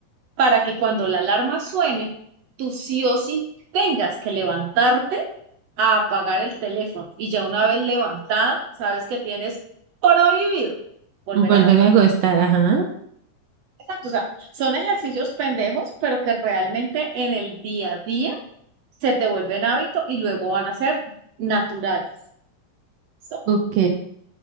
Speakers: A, on the right; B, on the right.
A: para que cuando la alarma suene, tú sí o sí tengas que levantarte a apagar el teléfono. Y ya una vez levantada, sabes que tienes prohibido volver
B: Volverme
A: a la cama.
B: a acostar, ajá.
A: Exacto, o sea, son ejercicios pendejos, pero que realmente en el día a día se te vuelven hábito y luego van a ser naturales. So,
B: Ok.